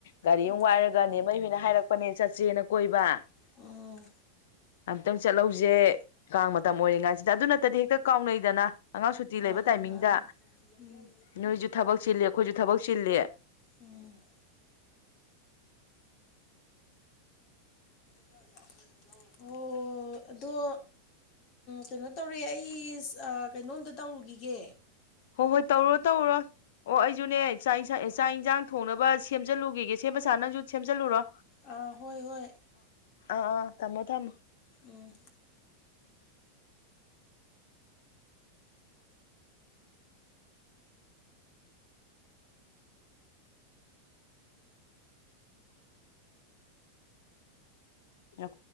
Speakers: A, on the left; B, on the left.
A: ꯒꯥꯔꯤ
B: ꯎꯝ
A: ꯑꯃꯨ ꯋꯥꯏꯔꯒꯅꯦ ꯃꯩ ꯍꯣꯏꯅ ꯍꯥꯏꯔꯛꯄꯅꯦ ꯆꯠꯁꯦꯅ ꯀꯣꯏꯕ
B: ꯎꯝ
A: ꯑꯝꯨꯛꯇꯪ ꯆꯠꯍꯧꯁꯦ ꯀꯥꯡ ꯃꯇꯝ ꯑꯣꯏꯔꯤꯉꯥꯏꯁꯤꯗ ꯑꯗꯨ ꯅꯠꯇꯗꯤ ꯍꯦꯛꯇ ꯀꯥꯎꯅꯩꯗꯅ ꯑꯉꯥꯡ ꯁꯨꯇꯤ
B: ꯃꯥꯅꯦ
A: ꯂꯩꯕ ꯇꯥꯏꯃꯤꯡꯗ
B: ꯃꯥꯅꯦ ꯎꯝ
A: ꯅꯣꯏꯁꯨ ꯊꯕꯛ ꯆꯤꯂꯦ ꯑꯩꯈꯣꯏꯁꯨ ꯊꯕꯛ ꯆꯤꯂꯦ
B: ꯎꯝ ꯍ
A: <unintelligible>
B: ꯑꯣ ꯑꯗꯣ ꯀꯩꯅꯣ ꯇꯧꯔꯦ ꯑꯩ ꯀꯩꯅꯣꯝꯇ ꯇꯧꯔꯨꯈꯤꯒꯦ
A: ꯍꯣꯏ ꯍꯣꯏ ꯇꯧꯔꯨꯔꯣ ꯇꯧꯔꯨꯔꯣ ꯑꯣ ꯑꯩꯁꯨꯅꯦ ꯆꯥꯛ ꯆꯥꯛ ꯌꯦꯟꯁꯥꯡ ꯊꯣꯡꯅꯕ ꯁꯦꯝꯖꯜꯂꯨꯈꯤꯒꯦ ꯁꯦꯝꯕ ꯁꯥ ꯅꯪꯁꯨ ꯁꯦꯝꯖꯜꯂꯨꯔꯣ
B: ꯑꯥ ꯍꯣꯏ ꯍꯣꯏ
A: ꯑꯥ ꯊꯝꯃꯣ ꯊꯝ
B: ꯎꯝ
A: ꯎ ꯂꯣ